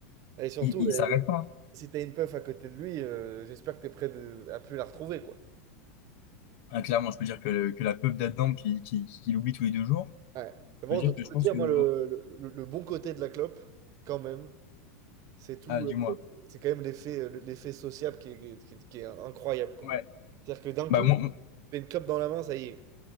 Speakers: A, on the right; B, on the left.
A: Et surtout,
B: il, il s'arrête
A: euh,
B: pas.
A: si t'as une puff à côté de lui, euh, j'espère que t'es prêt de, à plus la retrouver, quoi.
B: Ah, clairement, je peux dire que, que la puff d'Adam qui, qui, qui, l'oublie tous les deux jours.
A: Ouais. Mais
B: Ça
A: bon,
B: veut dire
A: je
B: que je
A: peux
B: pense
A: dire,
B: que
A: moi,
B: nous...
A: le, le- le- le bon côté de la clope, quand même, c'est tout.
B: Ah, dis-moi.
A: euh, C'est quand même l'effet, euh, l'effet sociable qui est, qui est- qui est incroyable, quoi.
B: Ouais.
A: C'est-à-dire que d'un
B: Bah,
A: coup,
B: moi,
A: tu
B: moi-
A: fais une clope dans la main, ça y est.